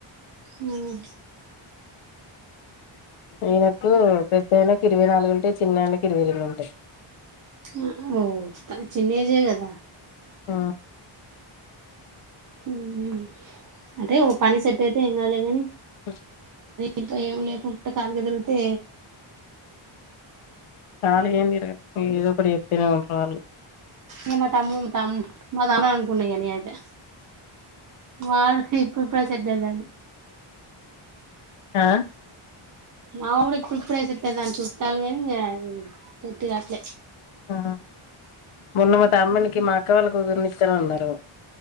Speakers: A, on the right; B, on the left.
A: మ్
B: ఈయనకు పెద్ద ఆయనకి ఇరవై నాలుగుంటే చిన్న ఆయనకి ఇరవై రెండుంటా యి. ఇ ష్
A: ఆ ఓ త చిన్నేజే కదా
B: ఆ
A: మ్మ్ హ్మ్ అదే ఓ పని సెట్ అయితే ఏం కాదులే కాని
B: <unintelligible>
A: ఈ భయం లేకుండా ఖాళీగా తిరిగితే
B: ఖాళీగా ఏం తిరగటంలేదు ఏదో ఒకటి చెప్తూనే ఉంటారు
A: ఇగ మా తమ్ముమ్ తాము్ మాది అదే అనుకున్నా ఇగ నేనైతే మావాడు ఇప్ ఇప్పుడే సెడ్ అయినాను
B: ఆ
A: మావోడు ఇప్పుడిప్పుడే సెటే దాంట్లో చుట్టాలు గాని ఇంగా సెట్ కాట్లే
B: ఆ మొన్న మా తమ్మునికి మా అక్క వాళ్ళ కూతుర్ని ఇస్తానన్నారు